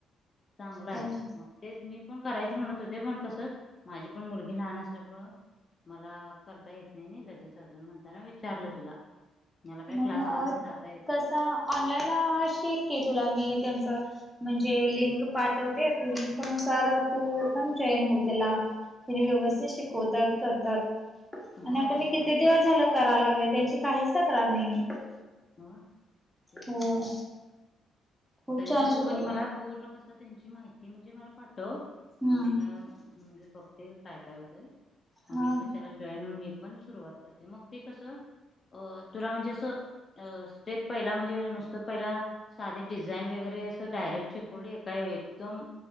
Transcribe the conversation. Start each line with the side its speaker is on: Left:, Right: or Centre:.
Left: चांगलं आहे,
Centre: होय.
Left: मग तेच मी पण करायच म्हणत होते पण कस माझी पण मुलगी लहान अस त्यामुळं मला करता येत नाही लगेचच म्हणताना विचारलं तुला मला काय
Centre: नाही
Left: क्लासला
Centre: अ
Left: तेन जात
Centre: कसं ऑनलाईनला शिक की तुला मी त्याचं म्हणजे लिंक पाठवते तू लिंकनुसार तू पण जॉइन होऊ पला तेनी व्यवस्थित शिकवतात, करतात. आणि
Left: होय
Centre: आता
Left: होय
Centre: मी किती
Left: चालतंय
Centre: दिवस झालं करा लागलोय त्यांची काहीच तक्रार नाहीये. <inaudible>
Left: ह तेच
Centre: होय
Left: म्हटलं
Centre: खूप
Left: तरी
Centre: छान
Left: पण
Centre: शिकवतात.
Left: तू क नई मला पूर्ण कस त्यांची माहिती म्हणजे मला पाठव
Centre: हम्म
Left: मग मी काय म्हणजे बघते काय- काय होतय. मग
Centre: हा
Left: मी पण त्याला जॉईन होऊन मी पण सुरुवात करते मग ते कसं अ तुला म्हणजे असं अ स्टेप पहिला म्हणजे नुसतं पहिला साधे डिझाईन वगैरे असं डायरेक्ट शिकवले काय? एकदम